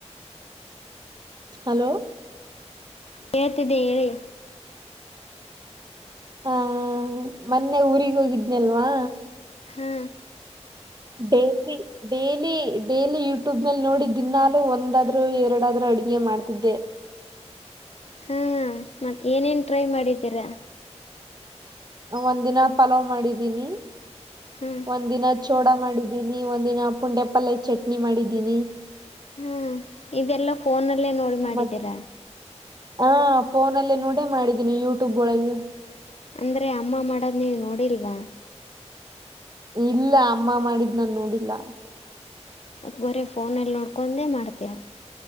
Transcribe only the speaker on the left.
ಕೇಳ್ತದೆ ಹೇಳಿ.
ಹಾ.
ಹಾ ಮತ್ ಏನೇನ್ ಟ್ರೈ ಮಾಡಿದ್ದೀರಾ.
ಹ್ಮ್.
ಹ್ಮ್ ಇದೆಲ್ಲ ಫೋನ್ ಅಲ್ಲೇ ನೋಡಿ ಮಾಡಿದ್ದೀರಾ.
ಅಂದ್ರೆ ಅಮ್ಮ ಮಾಡೋದು ನೀವು ನೋಡಿಲ್ವಾ.
ಬರೇ ಫೋನಲ್ಲಿ ನೋಡ್ಕೊಂಡದೆ ಮಾಡ್ತೀಯಾ.